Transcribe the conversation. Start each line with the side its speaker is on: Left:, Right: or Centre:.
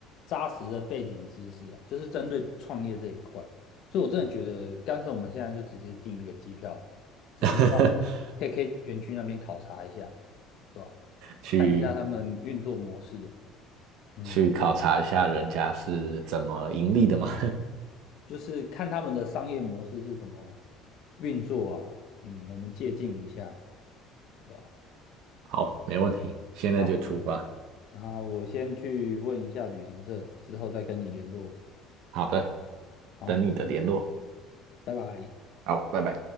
Left: 扎实的背景知识啊，就是针对创业这一块，所以我真的觉得，干脆我们现在就直接订一个机票，直接到
Right: <laughs>
Left: KK 园区那边考察一下，对吧？
Right: 去
Left: 看一下他们运作模式啊。嗯。
Right: 去考察一下人家是怎么盈利的吗？
Left: 就是看他们的商业模式是怎么运作啊，嗯，我们借鉴一下，对吧？
Right: <laughs> 好，没问题，现在就出发。
Left: 好，然后我先去问一下旅行社，之后再跟你联络。
Right: 好的，
Left: 好，
Right: 等你的联络。
Left: 拜拜。
Right: 好，拜拜。